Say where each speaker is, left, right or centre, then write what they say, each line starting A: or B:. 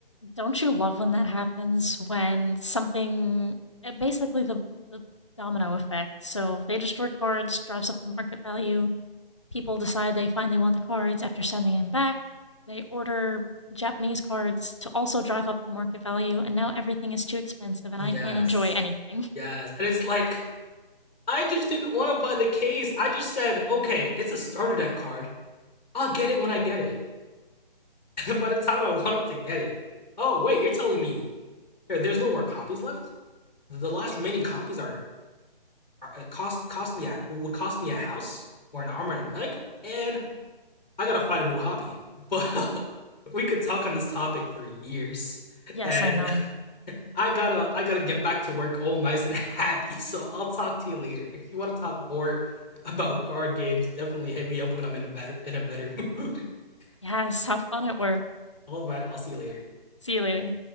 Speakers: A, on the left; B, on the left.
A: Don't you love when that happens? When something, uh, basically the, the domino effect. So they destroy cards, drives up the market value. People decide they finally want the cards after sending them back. They order Japanese cards to also drive up the market value, and now everything is too expensive
B: <laughs>
A: and
B: yes,
A: I can't enjoy anything. <laughs>
B: yes, and it's like I just didn't want to buy the case. I just said, okay, it's a starter deck card. I'll get it when I get it. <laughs> by the time I wanted to get it, oh wait, you're telling me here, there's no more copies left. The last remaining copies are, are uh, cost cost me a, would cost me a house or an arm and a leg. Man, I gotta find a new hobby. But <laughs> we could talk on this topic for years,
A: Yes,
B: and
A: I know.
B: <laughs> I gotta I gotta get back to work all nice and <laughs> happy. So I'll talk to you later. If you want to talk more about card games, definitely hit me up when I'm in a better in a better mood. <laughs>
A: Yes, have fun at work.
B: All right, I'll see you later.
A: See you later.